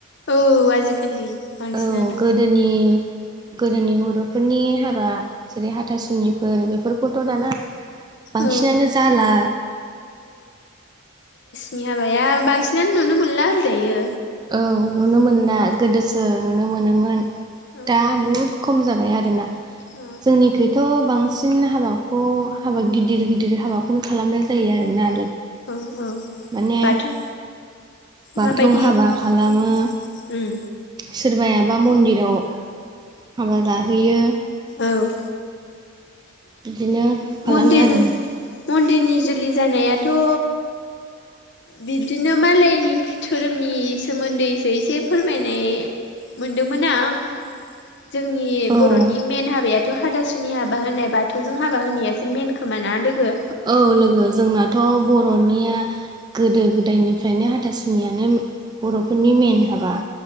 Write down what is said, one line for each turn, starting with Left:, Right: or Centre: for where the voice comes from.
Left: औ आजिखालि बांसिनानो
Right: औ गोदोनि गोदोनि बर'फोरनि हाबा जेरै हाथासुनिफोर बेफोरखौथ' दाना बांसिनानो
Left: औ
Right: जाला
Left: नि हाबाया बांसिनानो नुनो मोनला होनजायो।
Right: औ नुनो मोनला गोदोसो नुनो मोनोमोन
Left: औ
Right: दा बहुद ख म जाबाय आरोना
Left: औ
Right: जोंनिखै थ' बांसिन हाबाखौ हाबा गिदिर गिदिर हाबाखौनो खालामनाय जायो आरोना
Left: औ औ
Right: माने
Left: बाथौ
Right: बाथौ
Left: माबायदि
Right: हाबा खालामो
Left: उम उम
Right: सोरबायाबा मन्दिराव हाबा लाहैयो
Left: औ।
Right: बिदिनो खालामो
Left: मन्दिर
Right: आरोना
Left: मन्दिरनि जुलि जानायाथ' आरो बिदिनो मालायनि धोरोमनि सोमोन्दैसो एसे फोरमायनाय मोनदोंमोन आं जोंनि
Right: औ
Left: बर'नि मेन हाबायाथ' हाथासुनि हाबा होनाय बाथौजों हाबा होनाया सो मेन खोमाना लोगो।
Right: औ लोगो जोंनाथ' बर'निया गोदो गोदायनिफ्रायनो हाथासुनियानो बर'फोरनि मेन हाबा।